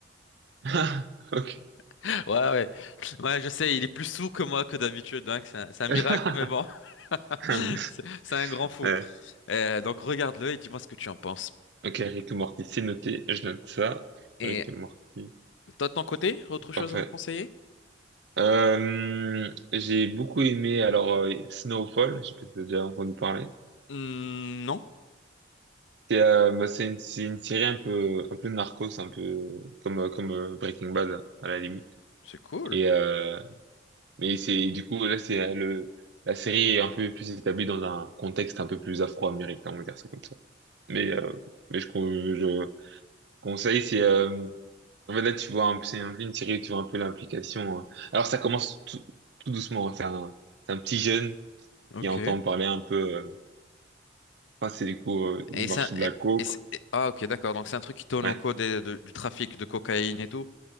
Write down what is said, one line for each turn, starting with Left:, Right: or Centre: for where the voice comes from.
Right: <laughs> Ok.
Left: <laughs> Ouais, ouais, ouais, je sais, il est plus sourd que moi que d'habitude, hein, que c'est un, c'est un miracle,
Right: Ok.
Left: mais bon,
Right: <laughs>
Left: <laughs> c'est c'est un grand fou.
Right: Ouais.
Left: Euh, donc regarde-le et dis-moi ce que tu en penses.
Right: Ok, Rick et Morty, c'est noté, je note ça.
Left: Et
Right: Rick et Morty,
Left: toi, de ton côté, autre chose
Right: parfait.
Left: à me conseiller?
Right: Euh, j'ai beaucoup aimé alors euh, Snowfall, je sais pas si t'as déjà entendu parler.
Left: Hmm, non,
Right: C'est euh, bah, c'est une, c'est une série un peu un peu narcos un peu comme euh, comme euh, Breaking Bad à la limite
Left: c'est cool.
Right: et euh, mais c'est du coup là c'est euh, le la série est un peu plus établie dans un contexte un peu plus afro-américain on va dire ça comme ça mais euh, mais je con- je conseille c'est euh, en fait là tu vois un peu- c'est un peu une série où tu vois un peu l'implication euh. alors ça commence tout, tout doucement hein. c'est un c'est un petit jeune
Left: Ok.
Right: qui entend parler un peu euh, enfin c'est du coup euh, du
Left: Et
Right: marché
Left: ça,
Right: de
Left: et-
Right: la coke
Left: et c'est- et- ah ok d'accord, donc c'est un truc qui tourne
Right: ouais
Left: au cours des- de- du trafic de cocaïne et tout.